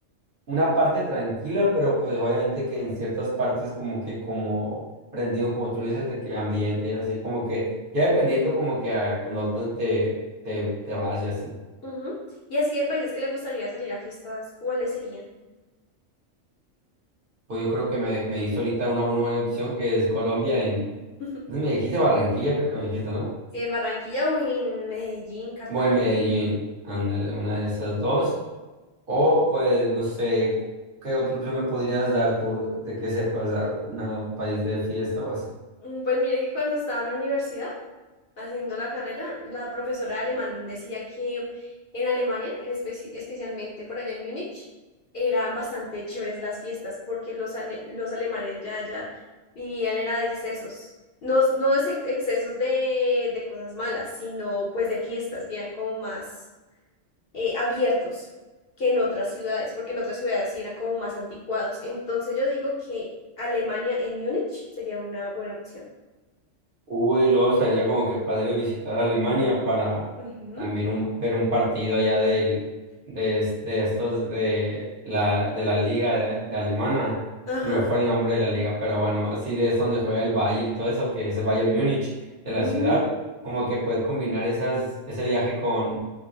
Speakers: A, on the right (about 45°); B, on the left (about 55°).
A: una parte tranquila, pero pues obviamente que en ciertas partes como que como prendido, como tú le dices, de que ambiente y así, como que ya dependiendo como que a con dónde te, te, te vas y así.
B: Ujú. Y así de países que le gustaría salir a fiestas, ¿cuáles serían?
A: Pues yo creo que me, me hizo ahorita una, buena buena opción que es Colombia en,
B: <laughs>
A: me dijiste Barranquilla, creo que me dijiste, ¿no?
B: Si en Barranquilla o en Medellín, Cartagena.
A: Bueno, Medellín, ándale, una de esas dos. O pues no sé, ¿qué otra opción me podrías dar tú de que sepas a un país de fiesta o así?
B: Mm, Pues mire que cuando estaba en la universidad haciendo la carrera, la profesora de alemán decía que en Alemania, en espe- especialmente por allá en Múnich, eran bastante chéveres las fiestas porque los, ane- los alemanes ya, ya vivían era de excesos. No, no es ex- excesos de, de cosas malas, sino pues de fiestas que eran como más eh, abiertos que en otras ciudades, porque en otras ciudades sí eran como más anticuados. Entonces yo digo que Alemania en Múnich sería una buena opción.
A: Uy, luego estaría como que padre visitar Alemania para
B: Ujú,
A: también un- ver un partido allá del, de, es- de estos de la, de la liga de, de alemana.
B: Ajá.
A: Me fue el nombre de la liga, pero bueno, así de es donde juega el Bayern y todo eso, que es el Bayern Múnich de
B: Mm.
A: la ciudad, como que poder combinar esas, ese viaje con